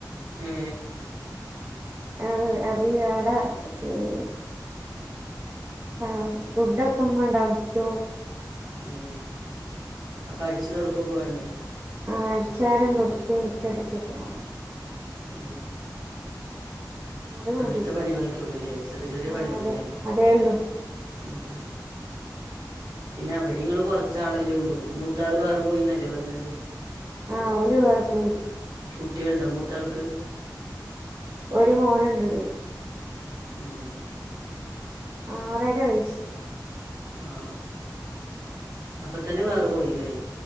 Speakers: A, on the right; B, on the right.
A: ഏ
B: ഏ അത് ഏടാ ഉം ഏ ഫുഡൊക്കെ ഉമ്മ ഉണ്ടാക്കിയോ
A: ഉം അപ്പോ അടിച്ച് തൊടക്കുവൊക്കെ വേണ്ടേ
B: ആ അടിച്ച് വാരലും തൊടക്കും മുറ്റമടിക്കുവൊക്കെ വേണം
A: ഉം
B: അത് മതി
A: അങ്ങനത്തെ പണികളൊക്കെയേ ഉള്ളൂല്ലേ ചെറിയ ചെറിയ
B: ആഹ്
A: പണിയേ ഉള്ളൂല്ലേ
B: അതെ അതേ ഉള്ളൂ
A: ഉം പിന്നെ അവിടെയും ഇങ്ങള് കൊറച്ചാളല്ലേയുള്ളൂ മൂത്താള് വേറെ പോയീന്നല്ലേ പറഞ്ഞത്
B: ആ ഓല് വേറെ പോയി
A: കുട്ടികളുണ്ടോ മൂത്താൾക്ക്
B: ഒരു മോനുണ്ട്
A: ഉം
B: ആറര വയസ്സ്
A: ആഹ് അപ്പൊത്തന്നെ വേറെ പോയില്ലേ